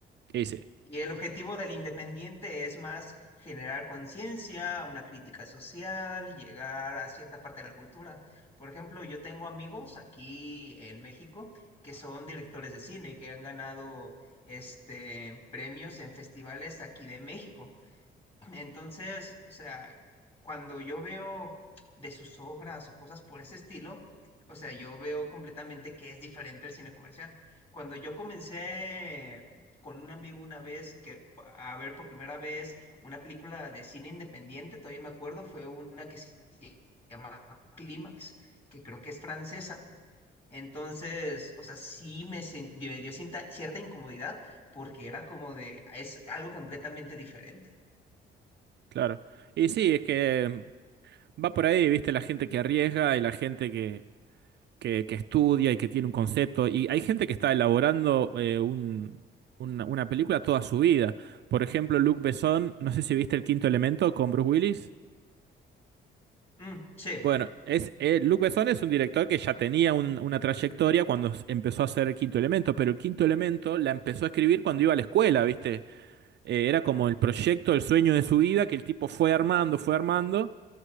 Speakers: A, on the right; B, on the left.
A: Y sí,
B: Y el objetivo del independiente es más generar conciencia, una crítica social, llegar a cierta parte de la cultura. Por ejemplo, yo tengo amigos aquí en México que son directores de cine y que han ganado este premios en festivales aquí de México. Entonces, o sea, cuando yo veo de sus obras o cosas por ese estilo, o sea, yo veo completamente que es diferente el cine comercial. Cuando yo comencé con un amigo una vez que a ver por primera vez una película de cine independiente, todavía me acuerdo, fue una que se llama Clímax, que creo que es francesa entonces, o sea, sí me, sen- me dio cinta- cierta incomodidad porque era como de, es algo completamente diferente.
A: claro. Y sí, es que mm, va por ahí, viste, la gente que arriesga y la gente que, que, que estudia y que tiene un concepto. Y hay gente que está elaborando eh, un- una, una película toda su vida. Por ejemplo, Luc Besson, no sé si viste El Quinto Elemento con Bruce Willis.
B: Mm, sí,
A: Bueno, es, eh, Luc Besson es un director que ya tenía un- una trayectoria cuando s- empezó a hacer el Quinto Elemento, pero el Quinto Elemento la empezó a escribir cuando iba a la escuela, ¿viste? Eh, era como el proyecto, el sueño de su vida que el tipo fue armando, fue armando,